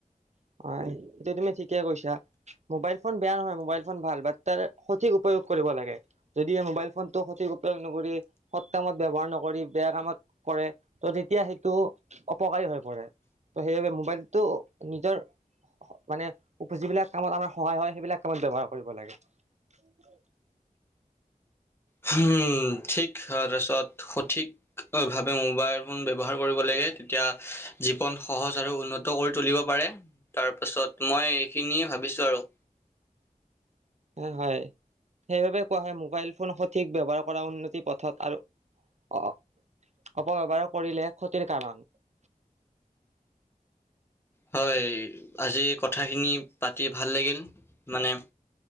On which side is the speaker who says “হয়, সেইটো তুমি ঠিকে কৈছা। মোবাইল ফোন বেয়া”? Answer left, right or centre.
Right